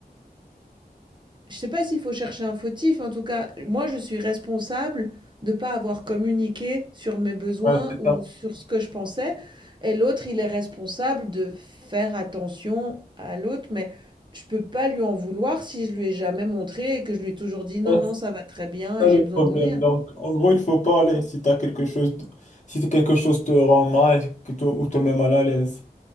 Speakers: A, on the right (about 30°); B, on the left (about 50°).
A: Je ne sais pas s'il faut chercher un fautif, en tout cas, moi je suis responsable de ne pas avoir communiqué sur mes besoins
B: Ouais, c'est
A: ou
B: ça.
A: sur ce que je pensais et l'autre, il est responsable de faire attention à l'autre, mais je ne peux pas lui en vouloir si je lui ai jamais montré et que je lui ai toujours dit: «Non,
B: Ouais,
A: non,
B: c'est
A: ça va très bien
B: ça
A: et
B: le
A: j'ai besoin
B: problème.
A: de rien».
B: Donc, en gros, il faut parler si t'as quelque chose, de- si quelque chose te rend mal, que toi- ou te met mal à l'aise.